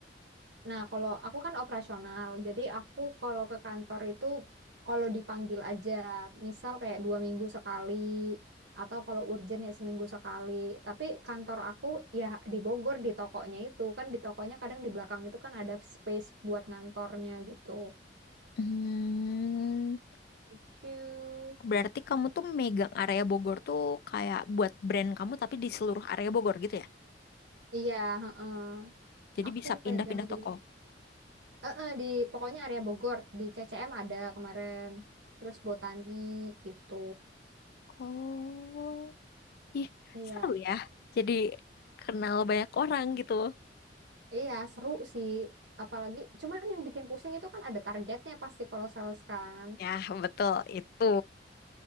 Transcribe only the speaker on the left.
Hmm,
berarti kamu tuh megang area Bogor tuh kayak buat brand kamu tapi di seluruh area Bogor gitu ya.
Jadi
bisa pindah-pindah
toko.
Oh, ih,
seru ya. Jadi kenal banyak orang gitu.
Ya, betul itu.